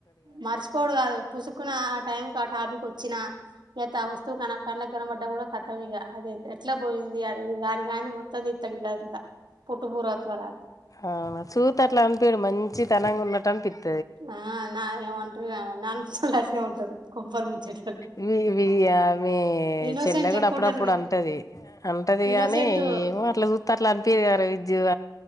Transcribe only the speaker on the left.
అవునా చూస్తే అట్లా అనిపీడు మంచి తనంగా ఉన్నట్టు అనిపిస్త
ఇగో ఈ మీ
చెల్లె
కూడా అప్పుడప్పుడు
అంటది అంటది
గాని ఏమో అట్లా చూస్త అట్లా అనిపిది క జీవ